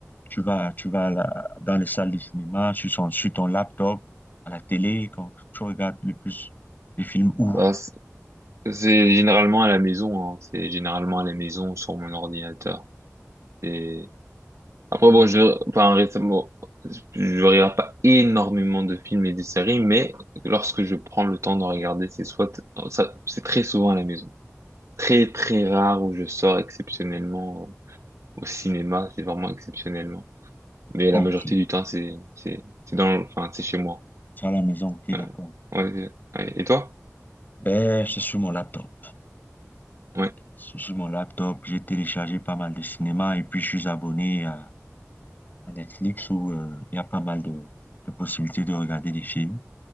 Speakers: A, on the left (about 35°); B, on the right (about 65°).
A: tu vas, tu vas à la- dans les salles de cinéma, sur, son- sur ton laptop, à la télé, quand tu regardes le plus les films où?
B: bah, c'est c'est généralement à la maison, hein. C'est généralement à la maison, sur mon ordinateur, C'est Après, bon, je, enfin, récemment, je regarde pas énormément de films et de séries, mais lorsque je prends le temps d'en regarder, c'est soit, ça, c'est très souvent à la maison. Très, très rare où je sors exceptionnellement euh, au cinéma, c'est vraiment exceptionnellement. Mais
A: Ok,
B: la majorité du temps, c'est, c'est, c'est dans, le- enfin, c'est chez moi.
A: c'est à la maison, ok, d'accord.
B: Ouais, ouais, c'est- ouais. Et toi?
A: Ben, c'est sur mon laptop.
B: Ouais,
A: C'est sur mon laptop, j'ai téléchargé pas mal de cinéma et puis je suis abonné à, à Netflix où euh, il y a pas mal de, de possibilités de regarder des films